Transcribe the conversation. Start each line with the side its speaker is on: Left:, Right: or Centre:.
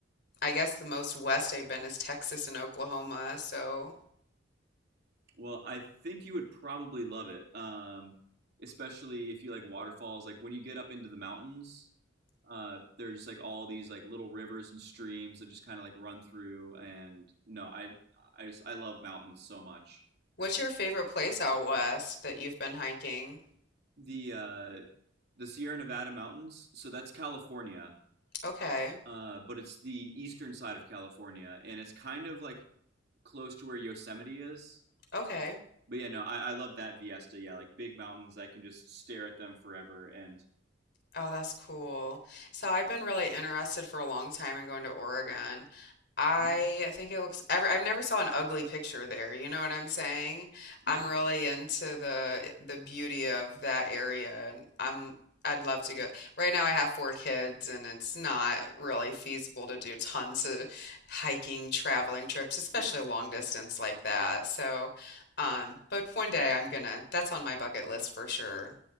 Left: I guess the most west I've been is Texas and Oklahoma. So,
Right: Well, I think you would probably love it, um, especially if you like waterfalls. Like when you get up into the mountains, uh, there's like all these like little rivers and streams that just kind of like run through. And no, I I just I love mountains so much.
Left: what's your favorite place out west that you've been hiking?
Right: The uh, the Sierra Nevada mountains, so that's California.
Left: Okay,
Right: uh, but it's the eastern side of California, and it's kind of like close to where Yosemite is.
Left: okay.
Right: But yeah, no, I, I love that Viesta. Yeah, like big mountains, I can just stare at them forever. And
Left: Oh, that's cool. So I've been really interested for a long time in going to Oregon. I
Right: Mhm.
Left: think it looks, every- I've never saw an ugly picture there. You know what I'm saying?
Right: yeah,
Left: I'm really into the the beauty of that area, and I'm I'd love to go. Right now, I have four kids, and it's not really feasible to do tons of hiking, traveling trips, especially
Right: yeah.
Left: long distance like that. So, um, but one day I'm gonna. That's on my bucket list for sure.